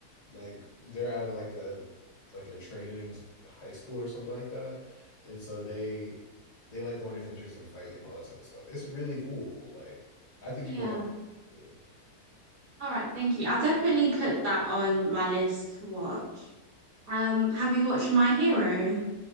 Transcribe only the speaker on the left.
like they're out of like a like a training s- high school or something like that. And so they they like go on adventures and fight and all that type of stuff. It's really cool. Like I think
you would like it too.